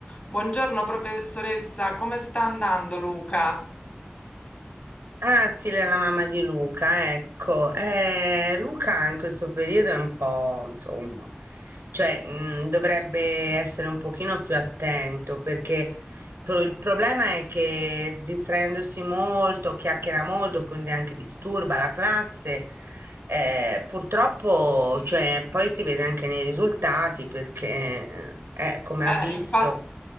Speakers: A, on the left; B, on the right.
A: Buongiorno professoressa, come sta andando Luca?
B: Ah, sì, lei è la mamma di Luca, ecco. Eh, Luca in questo periodo è un po', insomma, cioè, mh, dovrebbe essere un pochino più attento perché pro- il problema è che distraendosi molto, chiacchiera molto, quindi anche disturba la classe, eh, purtroppo, cioè, poi si vede anche nei risultati perché, eh, come ha
A: Eh,
B: visto.
A: infatti,